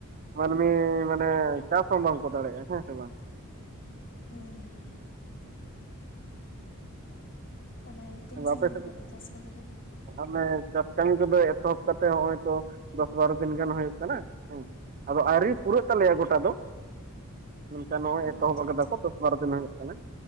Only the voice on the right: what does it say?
ᱢᱟᱹᱱᱢᱤ ᱢᱟᱱᱮ ᱪᱟᱥ ᱦᱚᱸ ᱵᱟᱝᱠᱚ ᱫᱟᱲᱮᱭᱟᱜᱼᱟ ᱦᱮᱸ ᱥᱮ ᱵᱟᱝ?
ᱟᱫᱚ
ᱟᱯᱮ ᱥᱮᱫ
ᱟᱞᱮ ᱪᱟᱥ ᱠᱟᱹᱢᱤ ᱠᱚᱫᱚ ᱮᱛᱚᱦᱚᱵ ᱠᱟᱛᱮᱜ ᱦᱚᱸᱜᱼᱚᱭ ᱛᱚ ᱫᱚᱥ ᱵᱟᱨᱚ ᱫᱤᱱ ᱜᱟᱱ ᱦᱩᱭᱩᱜ ᱠᱟᱱᱟ ᱦᱮᱸ᱾ ᱟᱫᱚ ᱟᱣᱨᱤ ᱯᱩᱨᱟᱹᱜ ᱛᱟᱞᱮᱭᱟ ᱜᱚᱴᱟ ᱫᱚ᱾ ᱚᱱᱠᱟ ᱱᱚᱸᱜᱼᱚᱭ
ᱮᱛᱚᱦᱚᱵ
ᱠᱟᱫᱟ
ᱠᱚ ᱫᱚᱥ ᱵᱟᱨᱚ ᱫᱤᱱ ᱦᱩᱭᱩᱜ ᱠᱟᱱᱟ,